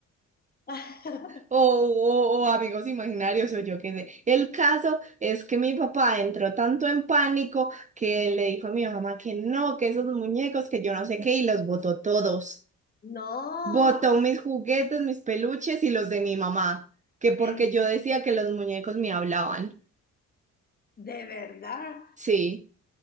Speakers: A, on the left; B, on the right.
A: <laughs>
B: O, o- o amigos imaginarios, o yo qué sé. El caso es que mi papá entró tanto en pánico que le dijo a mi mamá que no, que esos muñecos, que yo no sé qué, y los botó todos.
A: No,
B: Botó mis juguetes, mis peluches y los de mi mamá, que porque
A: en-
B: yo decía que los muñecos me hablaban.
A: de verdad.
B: Sí,